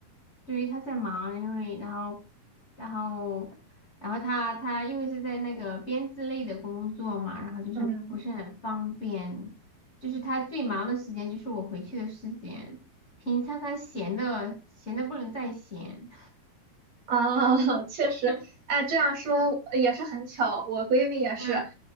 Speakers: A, on the left (about 50°); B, on the right (about 50°).
A: 对，他在忙，因为然后，然后，然后他他因为是在那个编制类的工作嘛，然后就是不是很方便，
B: 嗯。
A: 就是他最忙的时间就是我回去的时间，平常他闲的闲的不能再闲，
B: 啊，<laughs> 确实，
A: <laughs>
B: 哎，这样说呃也是很巧。我闺蜜也是，
A: 嗯
B: 啊，